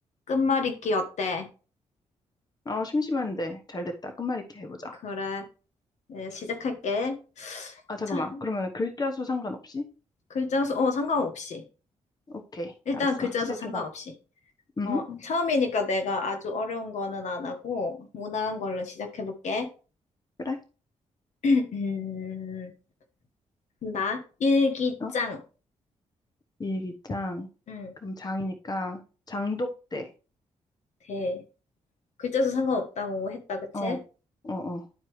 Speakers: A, on the left; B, on the left.
A: 끝말잇기 어때?
B: 아, 심심한데. 잘 됐다. 끝말잇기 해보자.
A: 그래, 네, 시작할게.
B: 아, 잠깐만.
A: 자,
B: 그러면 글자 수 상관없이?
A: 글자 수, 어, 상관없이.
B: 오케이.
A: 일단
B: 알았어.
A: 글자
B: 시작해봐.
A: 수 상관없이.
B: 음,
A: 어, 처음이니까 내가 아주 어려운 거는 안 하고, 무난한 걸로 시작해볼게.
B: 그래.
A: <clears throat> 음, 나, 일기장.
B: 어? 일기장.
A: 응
B: 그럼 장이니까 장독대.
A: 대. 글자 수 상관없다고 했다, 그치?
B: 어, 어, 어.